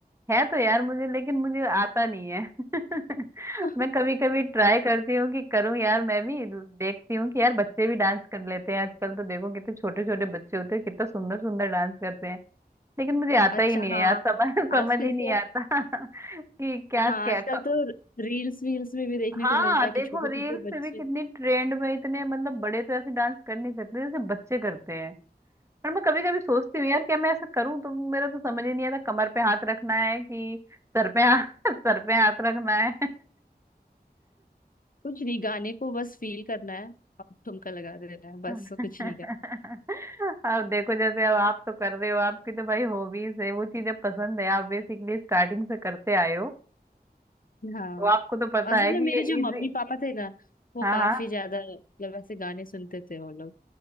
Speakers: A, on the right; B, on the left.
A: है तो यार मुझे लेकिन मुझे आता नहीं है <laughs>
B: <laughs>
A: मैं कभी कभी ट्राई करती हूँ कि करूँ यार मैं भी देखती हूँ कि यार बच्चे भी डांस कर लेते हैं आजकल तो देखो कितने छोटे छोटे बच्चे होते हैं कितना सुंदर सुंदर डांस करते हैं लेकिन मुझे आता
B: अच्छा
A: ही नहीं है
B: हाँ
A: यार समझ <laughs> समझ
B: आजकल
A: ही नहीं
B: तो
A: आता <laughs> कि क्या
B: हाँ
A: क्या
B: आजकल
A: क-
B: तो रील्स वील्स में भी देखने
A: हाँ
B: को मिलता है कि
A: देखो
B: छोटे
A: रील्स
B: छोटे
A: से
B: बच्चे
A: भी कितनी ट्रेंड में इतने मतलब बड़े तो ऐसे डांस कर नहीं सकते जैसे बच्चे करते हैं पर मैं कभी कभी सोचती हूँ यार क्या मैं ऐसा करूँ तो मेरा तो समझ ही नहीं आता कमर पे हाथ रखना है कि सर पे हाथ <laughs> सर पे हाथ रखना है
B: कुछ नहीं गाने को बस फील करना है और ठुमका लगा देना है बस
A: <laughs>
B: कुछ नहीं करना
A: अब देखो जैसे अब आप तो कर रहे हो आपकी तो भाई हॉबीज है वो चीजें पसंद है आप बेसिकली स्टार्टिंग से करते आए हो
B: हाँ
A: तो आपको तो पता
B: असल
A: है
B: में
A: कि
B: मेरे
A: ये
B: जो
A: इजी
B: मम्मी पापा थे ना वो
A: हाँ
B: काफी
A: हाँ
B: ज्यादा मतलब ऐसे गाने सुनते थे वो लोग